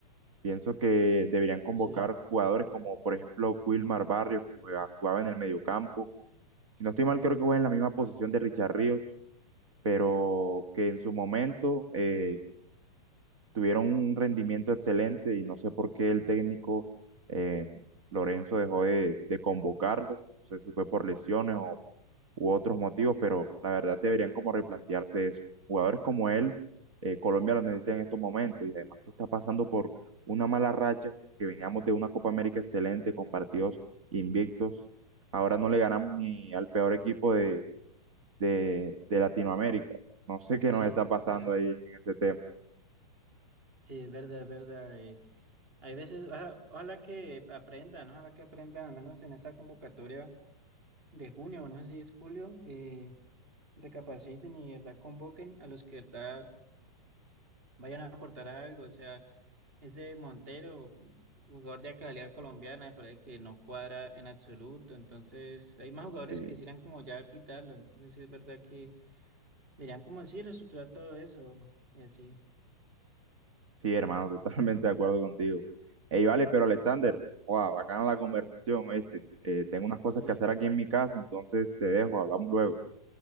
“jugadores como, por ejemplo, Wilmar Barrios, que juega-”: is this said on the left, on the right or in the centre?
Right